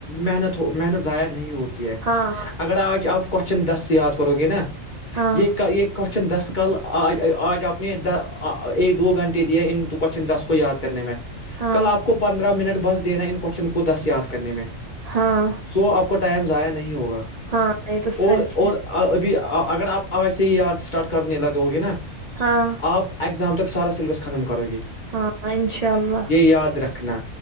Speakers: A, on the left (about 35°); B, on the right (about 50°).
A: محنت ہو محنت ضائع نہیں ہوتی ہے
B: ہاں
A: اگر آج آپ کوشچن دس سے یاد کرو گے نا
B: ہاں
A: یہ یہ کوشچن دس کل آج آج آپ نے ایک دو گھنٹے دیا ان کوشچن دس کو یاد کرنے میں
B: ہاں
A: کل آپ کو پندرہ منٹ بس دینا ان کوشچن کو دس یاد کرنے میں
B: ہاں
A: سو آپ کو ٹائم ضائع نہیں ہوگا
B: ہاں نہیں تو سچ
A: اور
B: ہے
A: اور ابھی اگر آپ آواز سے ہی آ اسٹارٹ کرنے لگے گے نا
B: ہاں
A: آپ ایگزام تک سارا سلیبس ختم کرو گے
B: ہاں انشاء اللہ
A: یہ یاد رکھنا